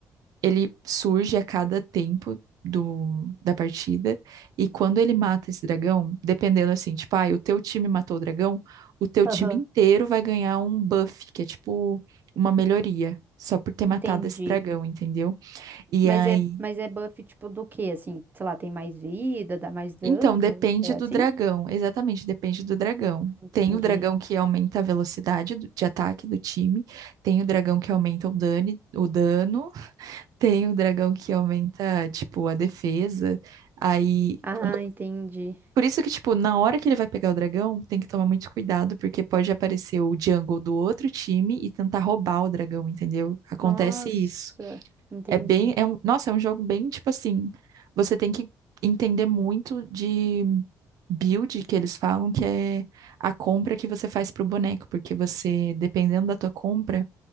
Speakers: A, on the right (about 70°); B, on the right (about 30°).
A: ele surge a cada tempo do, da partida e quando ele mata esse dragão, dependendo assim, tipo, ah, o teu time matou o dragão, o teu
B: Aham.
A: time inteiro vai ganhar um buff, que é tipo uma melhoria. Só por ter
B: Entendi.
A: matado esse dragão, entendeu? E
B: Mas
A: aí
B: é, mas é buff tipo do quê? Assim, sei lá, tem mais vida, dá mais dano?
A: Então, depende
B: É
A: do
B: assim?
A: dragão. Exatamente, depende do dragão.
B: Entendi.
A: Tem o dragão que aumenta a velocidade do- de ataque do time, tem o dragão que aumenta o dano, o dano, tem o dragão que aumenta, tipo, a defesa. Aí,
B: Ah,
A: quando...
B: entendi.
A: Por isso que, tipo, na hora que ele vai pegar o dragão, tem que tomar muito cuidado, porque pode aparecer o jungle do outro time e tentar roubar o dragão, entendeu? Acontece
B: Nossa,
A: isso.
B: entendi.
A: É bem, é um, nossa, é um jogo bem tipo assim, você tem que entender muito de build que eles falam, que é a compra que você faz pro boneco, porque você, dependendo da tua compra,